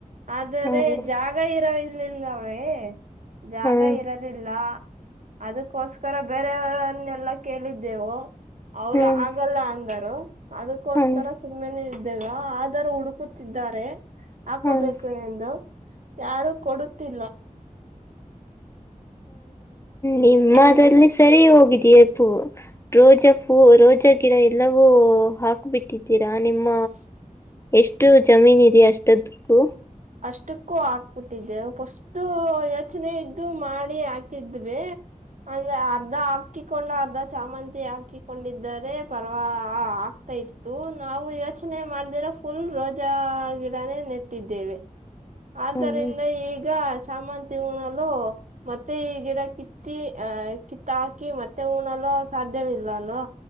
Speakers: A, on the right; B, on the left.
A: ಆದರೆ
B: ಹ್ಮ್
A: ಜಾಗ ಇರದರ್ಲಿಲ್ಲವೇ ಜಾಗ
B: ಹ್ಮ್
A: ಇರೋದಿಲ್ಲ ಅದಕ್ಕೋಸ್ಕರ ಬೇರೆಯವರನ್ನೆಲ್ಲ ಕೇಳಿದ್ದೆವು ಅವರು
B: ಹ್ಮ್
A: ಆಗಲ್ಲ ಅಂದರು ಅದಕ್ಕೋಸ್ಕರ
B: ಹ್ಮ್
A: ಸುಮ್ಮನೆ ಆದರ ಹುಡುಕುತ್ತಿದ್ದಾರೆ ಹಾಕಬೇಕು
B: ಹ್ಮ್
A: ಎಂದು ಯಾರು ಕೊಡುತ್ತಿಲ್ಲ
B: ನಿಮ್ಮಲ್ಲಿ
A: ಹ್ಮ್
B: ಸರಿ ಹೋಗಿದ್ದ ತರ್ಪು ರೋಜಾ ಪೂ ರೋಜಾ ಗಿಡ ಎಲ್ಲವೂ ಹಾಕ್ಬಿಟ್ಟಿದ್ದೀರಾ ನಿಮ್ಮ
A: ಹ
B: ಎಷ್ಟು ಜಮೀನ ಇದೆ ಅಷ್ಟದಕ್ಕೂ
A: ಅಷ್ಟಕ್ಕೂ ಹಾಕ್ಬಿಟ್ಟಿದ್ದೆವು ಪಫಸ್ ಯೋಚನೆ ಇದ್ದು ಮಾಡಿ ಹಾಕಿದ್ವಿ ಅಂದ್ರೆ ಅರ್ಧ ಹಾಕಿಕೊಂಡು ಅರ್ಧ ಚಾಮಂತಿ ಹಾಕಿಕೊಂಡಿದರೆ ಪರ್ವಾ ಇತತ್ತು ನಾವು ಯೋಚನೆ ಮಾಡ್್ದರ ಫುಲ್ ರಜ ಗಿಡನೇ ನೆಟ್ಟಿದ್ದೇವೆ ಆದ್ದರಿಂದ
B: ಹ್ಮ್
A: ಈಗ ಸಾಮ ಉಣಲ್ಲ ಮತ್ತೆ ಈ ಗಿಡ ಕಿತ್ತಿ ಆ ಕಿತ್ತ ಹಾಕಿ ಮತ್ತೆ ಹಣಲ್ಲ ಸಾಧ್ಯ ಇದ್ದೇ ಇಲ್ವಾ ಅಲ್ವಾ